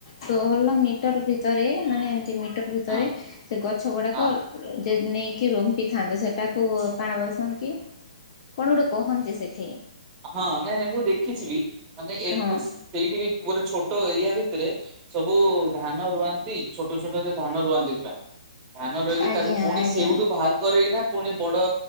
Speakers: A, on the left; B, on the right.
A: ଷୋହଲ ମିଟର ଭିତରେ ମାନେ ଏମିତି ମି ଭିତରେ
B: ହଁ
A: ସେ ଗଛ ଗୁଡ଼ାକ
B: ହଁ
A: ନେଇ କି ରୁମ ପିଥାନ୍ତି ସେଟାକୁ କଣା ବସନ୍ କି? କଣ ଗୋଟେ କହନ୍ତି ସେଇଠି?
B: ହଁ ନାଇଁ ନାଇଁ ମୁଁ ଦେଖିଛିିବି ମାନେ
A: ହଁ
B: ସେଇଠି ବି ଗୋଟେ ଛୋଟ ଏରିଆ ଭିତରେ ସବୁ ଧାନ ରୁଆନ୍ତି ଛୋଟ ଛୋଟରେ ଧାନ ରୁହନ୍ତି। ଧାନ ରୋଇକି
A: ଆଜ୍ଞା
B: ତାକୁ ପୁଣି
A: ଆଜ୍ଞା
B: ସେଇଠୁ ବାହାର କରିକିନା ପୁଣି ବଡ଼